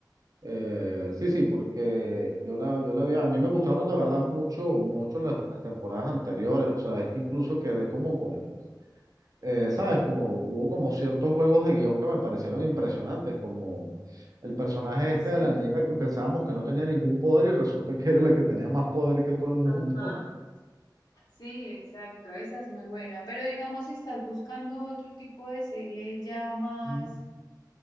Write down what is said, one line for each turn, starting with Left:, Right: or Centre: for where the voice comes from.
Right: eh, sí, sí, porque yo la, yo la vi, a mí me gustaron de verdad mucho, mucho las, las temporadas anteriores. O sea, es que incluso quedé como con eh, ¿sabes? Como hubo como ciertos juegos de guión que me parecieron impresionantes, como el personaje este
Left: Sí,
Right: de la niñita que pensábamos que no tenía ningún poder y resulta que era la que tenía más poder que todo el mundo.
Left: Ajá,
Right: <laughs>
Left: sí, exacto, esa es muy buena. Pero digamos, si estás buscando otro tipo de serie ya más,
Right: Mm,